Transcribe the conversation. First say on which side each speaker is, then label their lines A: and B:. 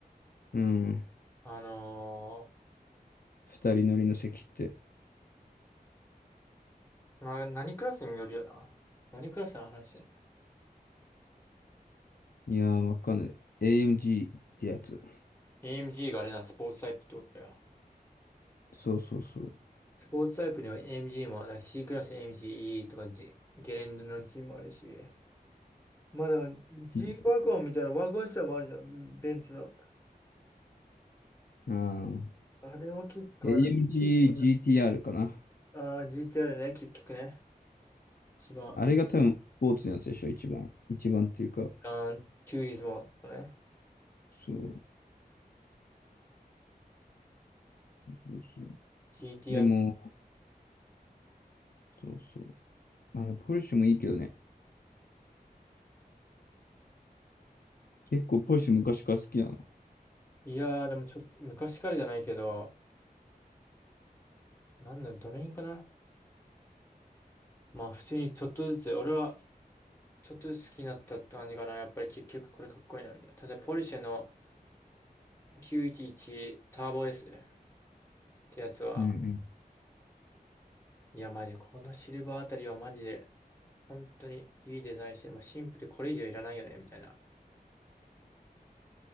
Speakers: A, on the left; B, on the left.
A: うん。
B: あの
A: 二人乗りの席って。
B: ー、な何クラスによるよな。何クラスの話して
A: いやー、わかんない。AMG ってやつ。
B: んの ?AMG があれな、スポーツタイプってことだよ。
A: そうそうそう。
B: スポーツタイプには AMG もあるし、C クラス AMGE とか、G、ゲレンデの G もあるし。まだ G
A: じ
B: ワゴンみたいなワゴン車もあるじゃん、ベンツの。
A: あ
B: あれも結構な、
A: ー、AMG GTR かな。
B: あー GTR ね、結局ね。一番、
A: あれが多分、スポーツのやつでしょ、一番。一番っていうか。
B: あー、チューリズムのね、
A: そう。そうそう。
B: GTR。
A: でも、そうそう。まあ、ポルシェもいいけどね。結構ポルシェ昔から好きなの。
B: いやー、でもちょっと、昔からじゃないけど、なんだ、どの辺かな。まあ、普通にちょっとずつ、俺はちょっとずつ好きになったって感じかな。やっぱり結局これかっこいいな、みたいな。例えば、ポルシェの911ターボ S ってやつは、
A: うん
B: いや、マジ、このシルバーあたりはマジで、本当にいいデザインして、もうシンプルでこれ以上いらないよね、みたいな。